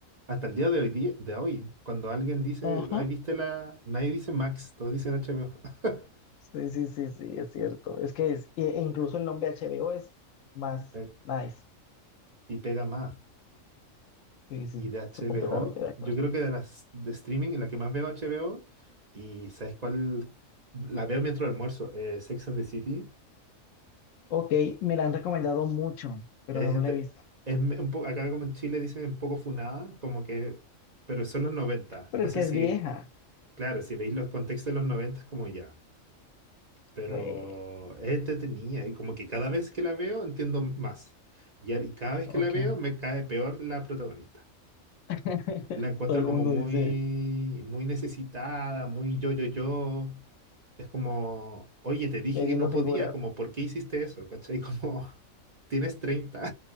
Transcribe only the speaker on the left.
Ajá.
Sí, sí, sí, sí, es cierto. Es que es, e e incluso el nombre HBO es más
nice.
Sí, sí,
estoy completamente de acuerdo.
Ok, me la han recomendado mucho, pero
no
me la he visto.
Pero
es que es
vieja.
Oye,
Ok.
<laughs>
todo el
mundo
dice,
queriendo
figurar.